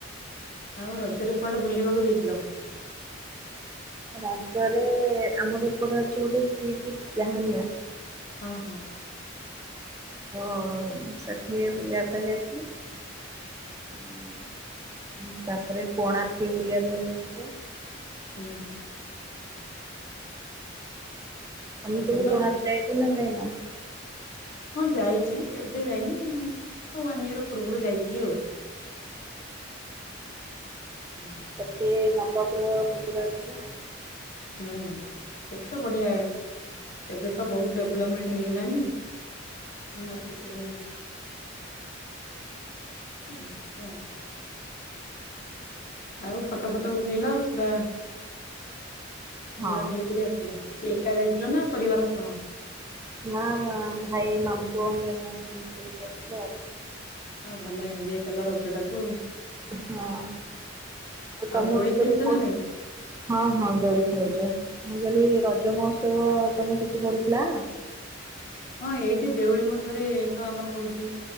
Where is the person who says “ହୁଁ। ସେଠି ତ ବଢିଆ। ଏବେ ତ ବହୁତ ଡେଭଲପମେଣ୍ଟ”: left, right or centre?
Left